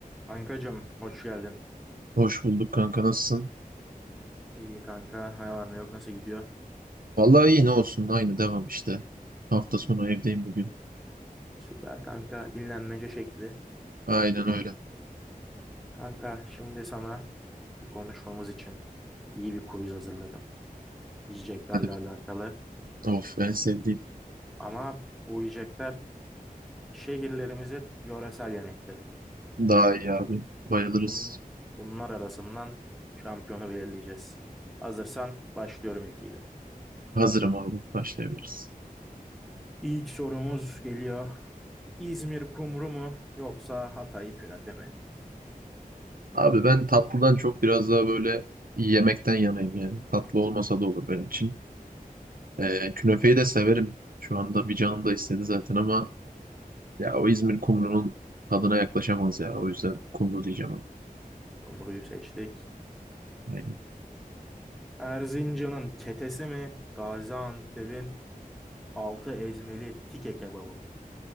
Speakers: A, in the centre; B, on the right (about 70°).
A: Kankacım hoş geldin.
B: Hoş bulduk kanka nasılsın?
A: İyi kanka. Ne var ne yok nasıl gidiyor?
B: Vallahi iyi ne olsun aynı devam işte. Hafta sonu evdeyim bugün.
A: Süper kanka. Dinlenmece şekli.
B: Aynen öyle.
A: Kanka şimdi sana bu konuşmamız için iyi bir quiz hazırladım. Yiyeceklerle
B: Hadi
A: alakalı.
B: of en sevdiğim.
A: Ama bu yiyecekler şehirlerimizin yöresel yemekleri.
B: Daha iyi abi. Bayılırız.
A: Bunun, bunlar arasından şampiyonu belirleyeceğiz. Hazırsan başlıyorum ilkiyle.
B: Hazırım abi başlayabiliriz.
A: İlk sorumuz geliyor. İzmir kumru mu yoksa Hatay künefe mi?
B: Abi ben tatlıdan çok biraz daha böyle yemekten yanayım yani. Tatlı olmasa da olur benim için. Ee, künefeyi de severim. Şu anda bir canım da istedi zaten ama ya o İzmir kumrunun tadına yaklaşamaz ya. O yüzden kumru diyeceğim abi.
A: Kumruyu seçtik.
B: Aynen.
A: Erzincan'ın ketesi mi? Gaziantep'in altı ezmeli tike kebabı mı?